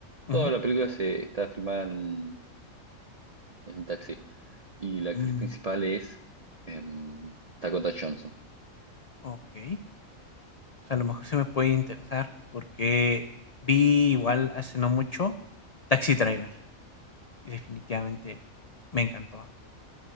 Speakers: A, on the right; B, on the left.
A: Toda
B: ujú,
A: la película se está filmada en un, en un taxi. Y la
B: mm,
A: actriz principal es em, Dakota Johnson.
B: ok. O sea, a lo mejor se me puede interesar porque vi igual hace no mucho Taxi Driver y definitivamente me encantó.